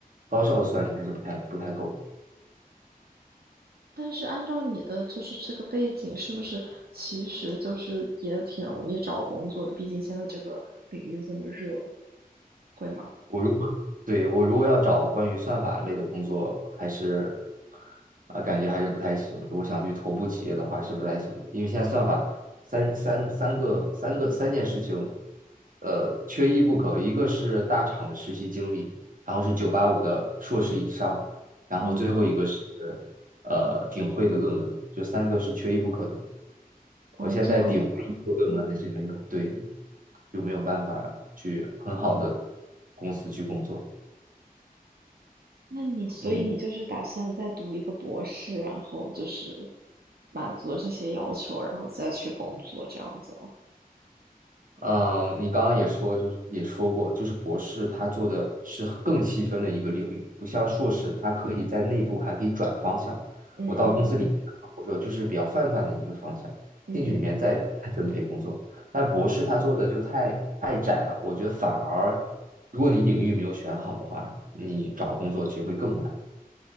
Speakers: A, on the right; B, on the right.
A: 高校的算力还是不太不太够。
B: 但是按照你的就是这个背景，是不是其实就是也挺容易找工作的？毕竟现在这个领域这么热，会吗？
A: 我如果对我如果要找关于算法类的工作，还是啊、感觉还是不太行。如果想去头部企业的话，是不太行的，因为现在算法三三三个三个三件事情，呃，缺一不可。一个是大厂的实习经历，然后是九八五的硕士以上，然后最后一个是
B: 嗯，
A: 呃顶会的论文，就三个是缺一不可的。
B: 哦，
A: 我现在顶会一个论文还是没有，
B: 这样子的，
A: 对，就没有办法去很好的公司去工作。
B: 那你所以你就是打算再读一个博士，
A: 嗯嗯，
B: 然后就是满足这些要求，然后再去工作这样子哦。
A: 呃你刚刚也说，就是也说过，就是博士他做的是更细分的一个领域，不像硕士，他可以在内部还可以转方向。
B: 嗯嗯
A: 我到公司里面，我说就是比较泛泛的一个方向，
B: 嗯嗯
A: 进去里面再再分配工作。但博士他做的就太太窄了，我觉得反而如果你领域没有选好的话，你找工作其实会更难。